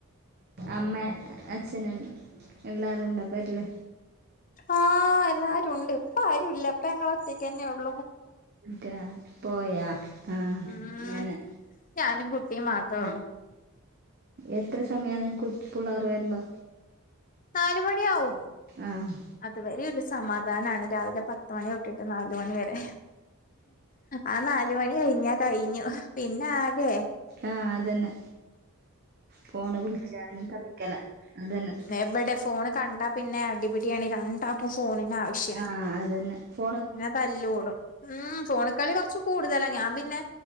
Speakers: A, on the right (about 45°); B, on the left (about 35°).
A: അമ്മേ അച്ഛനും എല്ലാരും ണ്ടൊ പെര്ല്?
B: ആഹ്. എല്ലാരും ഉണ്ട് ഇപ്പൊ ആരു ഇല്ല അപ്പ ഞങ്ങളൊറ്റക്കെന്നെ ഒള്ളു.
A: ക്കെ പോയാ? ആഹ്
B: ഉം
A: ങ്ങനെ
B: ഞാനും കുട്ടിയും മാത്രേ
A: അ
B: ഉള്ളൂ
A: എത്ര സമയാണ് കുട്ട് പിള്ളാർ വരുമ്പോ
B: നാല് മണിയാവും.
A: ആഹ്
B: അതുവരെ ഒരു സമാധാനാണ് രാവിലെ പത്ത് മണി തൊട്ടിട്ട് നാലു മണി വരെ ആ നാല് മണി കഴിഞ്ഞാ കഴിഞ്ഞു പിന്നാകെ
A: ആഹ് അതന്നെ ഫോൺ വിളിച്ചാ <unintelligible> അതന്നെ
B: എവിടെ ഫോണ് കണ്ടാ പിന്നെ അടിപിടിയാണെ രണ്ടാക്കും ഫോണിനാവശ്യാ.
A: ആഹ് അതന്നെ. ഫൊ
B: പിന്നെ തല്ലൂടും ഉം ഫോൺ കളി കുറച്ച് കൂടുതലാ ഞാൻ പിന്നെ